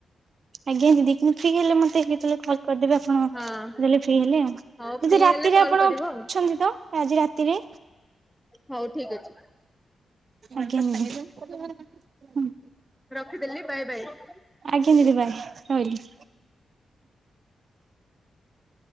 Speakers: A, on the right; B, in the centre.
A: ଆଜ୍ଞା ଦିଦି ଠିକ ହେଲେ ମତେ ହେ ତାଲେ କଲ କରିଦେବେ ଆପଣ
B: ହଁ।
A: ଦେହେଲେ ଫି ହେଲେ ଆଉ
B: ହଉ ଫ୍ରି
A: ଦିଦି ରାତିରେ
B: ହେଲେ କଲ୍
A: ଆପଣ
B: କରିବ
A: ଅଛନ୍ତି
B: ଆଉ
A: ତ? ଆଜି ରାତିରେ।
B: ହଉ ଠିକ ଅଛି
A: ଆଜ୍ଞା ଦି
B: ରଖିଦେଲି ବାଏ ବାଏ।
A: ଆଜ୍ଞା ଦିଦି ବାଏ ରହିଲି।